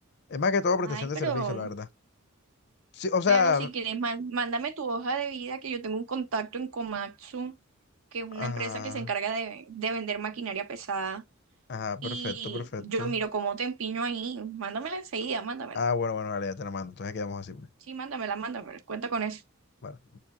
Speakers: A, on the left; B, on the right.
A: Es más que todo prestación
B: Ay,
A: de
B: pero
A: servicio, la verdad. Sí, o sea,
B: Pero si quieres, man- mándame tu hoja de vida, que yo tengo un contacto en Komatsu, que es una
A: ajá,
B: empresa que se encarga de, de vender maquinaria pesada.
A: ajá,
B: Y
A: perfecto, perfecto.
B: yo miro cómo te empiño ahí. Mándamela enseguida, mándamela.
A: Ah, bueno, bueno, dale, ya te la mando. Entonces quedamos así, pues.
B: Sí, mándamela, mándamela. Cuenta con eso.
A: Vale.